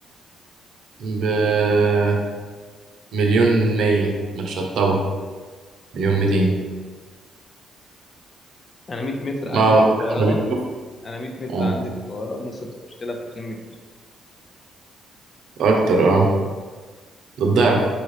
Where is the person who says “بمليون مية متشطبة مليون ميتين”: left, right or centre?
Right